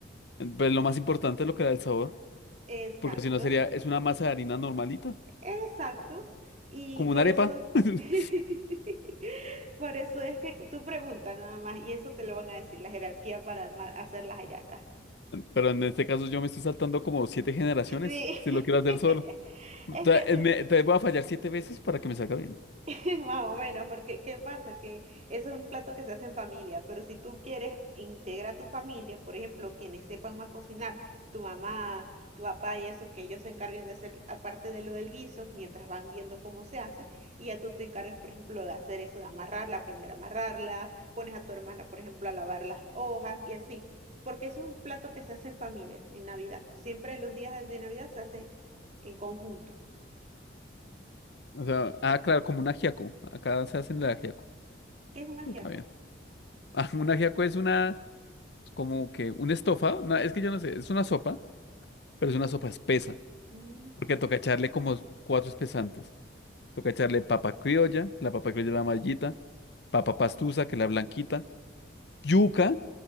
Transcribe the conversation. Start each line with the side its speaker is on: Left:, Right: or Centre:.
Left: pues lo más importante es lo que da el sabor.
Right: Exacto.
Left: Porque si no sería, es una masa de harina normalita,
Right: Exacto. Y
Left: como
Right: por
Left: una arepa.
Right: eso,
Left: <laughs>
Right: <laughs> por eso es que tú preguntas nada más y eso te lo van a decir la jerarquía para armar- hacer las hallacas. <laughs>
Left: Pero en este caso yo me estoy saltando como siete generaciones,
Right: Sí.
Left: si lo quiero hacer solo.
Right: <laughs>
Left: O
Right: Es
Left: sea,
Right: que
Left: eh, me- entonces voy a fallar siete veces para que me salga bien.
Right: <laughs> Más o menos, porque ¿qué pasa? Que eso es un plato que se hace en familia, pero si tú quieres integrar a tu familia, por ejemplo, quienes sepan más cocinar, tu mamá, tu papá y eso, que ellos se encarguen de hacer aparte de lo del guiso, mientras van viendo cómo se hace, y ya tú te encargas, por ejemplo, de hacer eso, de amarrarla, aprender a amarrarla, pones a tu hermana, por ejemplo, a lavar las hojas y así, porque eso es un plato que se hace en familia, en Navidad. Siempre en los días de Navidad se hace en conjunto.
Left: O sea, ah, claro, como un ajiaco. Acá se hacen de ajiaco.
Right: ¿Qué es un ajiaco?
Left: Está bien. <laughs> Ah, un ajiaco es una, como que un estofado. No, es que yo no sé, es una sopa, pero es una sopa espesa.
Right: Mm,
Left: Porque toca echarle como cuatro espesantes. Toca echarle papa criolla, la papa criolla es la amarillita, papa pastusa, que es la blanquita, yuca.